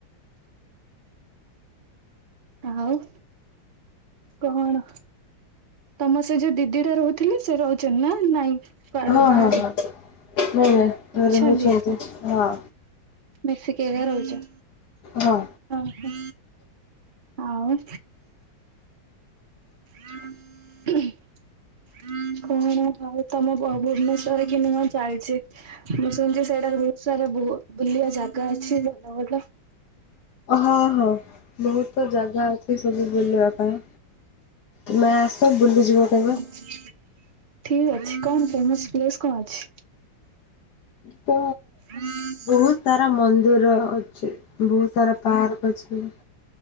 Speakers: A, on the right; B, on the left.
A: ଆଉ କଣ? ତମ ସେ ଯୋଉ ଦିଦି ଟା ରହୁଥିଲେ ସେ ରହୁଛ ନା ନାଇଁ? କୁଆଡେ
B: ହଁ,
A: ବାହାରେ?
B: ହଁ, ନାଇଁ, ନାଇଁ ଘରେ
A: ଅଛନ୍ତି
B: ରହୁଛନ୍ତି ହଁ,
A: ମିଶିକି ଏକା ରହୁଛୁ
B: ହଁ।
A: ଓହୋ ଆଉ! <inaudible> କଣ ଆଉ ଭାଇ ତମ ଭୁବନେଶ୍ଵର କେମିତି କଣ ଚାଲିଛି? ମୁଁ ଶୁଣିୁଛି ସେଇଟାରେ ବହୁତ ସାରା ବହୁ ବୁଲିଆ ଜାଗା ଅଛି, ଯାଉନ ଭଲ
B: ହଁ, ହଁ ବହୁତ ଜାଗା ଅଛି ସବୁ ବୁଲିବା ହୁଁ ତୁମେ ଆସ ବୁଲିଯିବ କେବେ
A: ହୁଁ ଠିକ୍ ଅଛି, କଣ ଫେମସ ପ୍ଲେସ କଣ ଅଛି?
B: ପ
A: ହୁଁ <inaudible>
B: ବହୁତ ସାରା ମନ୍ଦିର ଅଛି, ବହୁତ ସାରା ପାର୍କ ଅଛି,